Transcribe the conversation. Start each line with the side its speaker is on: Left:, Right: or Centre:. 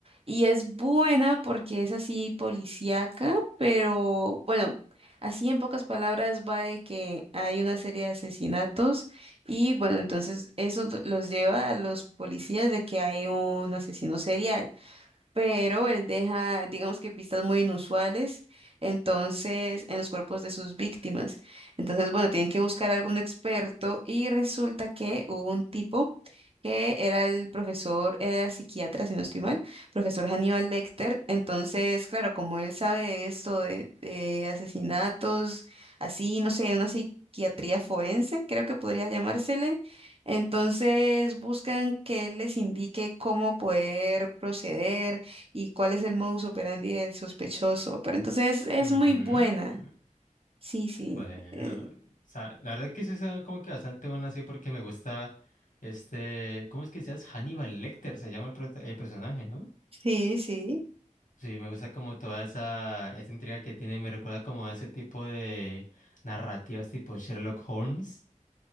Right: Y es buena porque es así policíaca, pero bueno, así en pocas palabras va de que hay una serie de asesinatos y bueno, entonces eso los lleva a los policías de que hay un asesino serial pero él deja, digamos que pistas muy inusuales, entonces, en los cuerpos de sus víctimas. Entonces, bueno, tienen que buscar a algún experto y resulta que hubo un tipo que era el profesor, era psiquiatra, si no estoy mal, profesor Hannibal Lecter. Entonces, claro, como él sabe de esto, de, de asesinatos, así, no sé, una psiquiatría forense, creo que podría llamársele. Entonces buscan que él les indique cómo poder proceder, y cuál es el modus operandi del sospechoso. Pero entonces es
Left: Ujú.
Right: muy buena.
Left: Mm,
Right: Sí, sí.
Left: Bueno,
Right: eh,
Left: o sea, la verdad que sí son como que bastante buenas así porque me gusta este, ¿cómo es que se llama? Hannibal Lecter se llama el, prota- el personaje, ¿no?
Right: sí, sí.
Left: Sí, me gusta como toda esa, esa intriga que tiene, me recuerda como a ese tipo de narrativas tipo Sherlock Holmes.